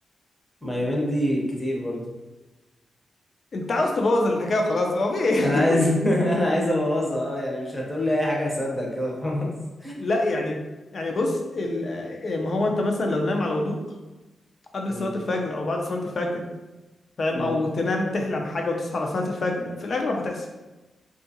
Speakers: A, in the centre; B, on the left.
A: ما يومين دي كتير برضو
B: انت عاوز تبوظ الحكايه وخلاص هو في ايه
A: انا عايز
B: <laughs>
A: <laughs> انا عايز ابوظها اه يعني مش هتقول لي اي حاجه هصدق كده خلاص
B: لا يعني يعني بص ال- آه، ما هو انت مثلا لو نام على وضوء قبل
A: امم
B: صلاه الفجر او بعد صلاه الفجر فاهم
A: اه
B: او تنام تحلم حاجه وتصحى على صلاه الفجر في الاغلب هتحصل